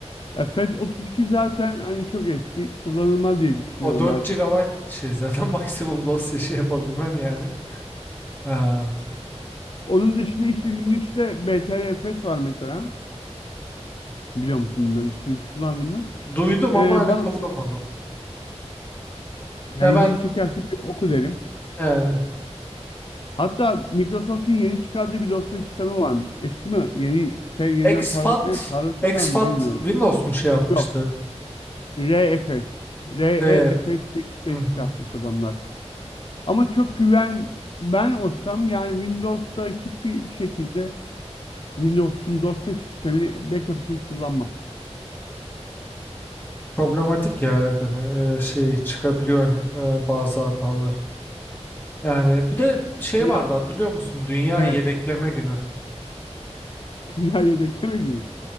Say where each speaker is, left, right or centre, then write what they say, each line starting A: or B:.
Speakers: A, on the left; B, on the left.
A: Ya FET 32 zaten hani çok eski. Kullanılmaz diye düşünüyorum
B: o 4
A: artık.
B: GB şey zaten <laughs> maksimum dosya şey yapabilmen yani. Ha,
A: Onun dışında işte Linux'te BTRFS var mesela. Biliyor musun bilmem hiç Linux kullandın mı?
B: duydum
A: Ee,
B: ama hani
A: bana
B: kullanmadım.
A: yani
B: Ya ben
A: ilgini çekerse bir oku derim.
B: yani
A: Hatta Microsoft'un yeni çıkardığı bir dosya sistemi varmış. Eski mi? Yeni te, yeniden
B: exFAT
A: parlatmaya parlatıyorlar
B: exFAT
A: mı bilmiyorum.
B: Windows mu şey yapmıştı?
A: Yok. ReFS, REFS
B: De
A: diye bir şey
B: hı hı.
A: çıkartmış adamlar. Ama çok güven ben olsam yani Windows'ta hiçbir şekilde Windows'un dosya sistemini backup için kullanmam.
B: problematik ya evet hani e, şey çıkabiliyor hani e, bazı hatalar. Yani bir de şey
A: Ya
B: vardı hatırlıyor musun? Dünya
A: evet.
B: yedekleme günü.
A: <laughs> Dünya yedekleme günü.